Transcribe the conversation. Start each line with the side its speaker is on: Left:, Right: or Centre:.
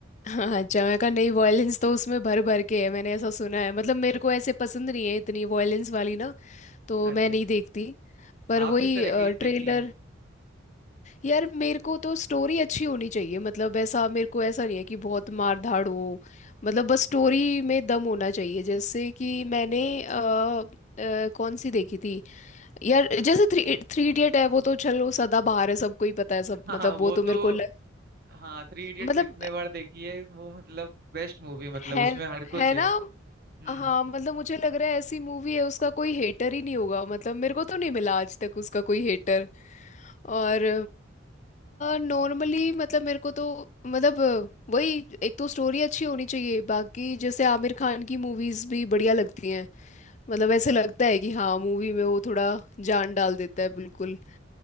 Left: हाँ अच्छा मैं कहा नहीं वॉयलेंस तो उसमें भर भर के है मैंने ऐसा सुना है मतलब मेरे को ऐसे पसंद नहीं है इतनी वॉयलेंस वाली ना तो
Right: अच्छा
Left: मैं नहीं
Right: अच्छा
Left: देखती पर
Right: आप
Left: वही
Right: किस तरह की देखती
Left: ट्रेलर
Right: हैं
Left: यार मेरे को तो स्टोरी अच्छी होनी चाहिए मतलब ऐसा मेरे को ऐसा नहीं है कि बहुत मार धाड़ हो मतलब बस स्टोरी में दम होना चाहिए जैसे कि मैंने अ, अ, कौन सी देखी थी यार जैसे थ्री थ्री इडियट है वो तो चलो सदाबहार है सबको ही पता है सब
Right: <laughs> हाँ
Left: मतलब
Right: वो
Left: वो तो
Right: तो
Left: मेरे को लग,
Right: हाँ थ्री इडियट्स
Left: मतलब
Right: इतने बार देखी है वो मतलब बेस्ट मूवी मतलब
Left: है
Right: उसमें हर
Left: है
Right: कुछ है
Left: ना
Right: हम्म
Left: हाँ मतलब मुझे लग रहा है ऐसी मूवी है उसका कोई हेटर ही नहीं होगा मतलब मेरे को तो नहीं मिला आज तक उसका कोई हेटर और नॉर्मली मतलब मेरे को तो मतलब अ, वही एक तो स्टोरी अच्छी होनी चाहिए बाकी जैसे आमिर खान की मूवीज भी बढ़िया लगती हैं मतलब ऐसे लगता है कि हाँ मूवी में वो थोड़ा जान डाल देता है बिल्कुल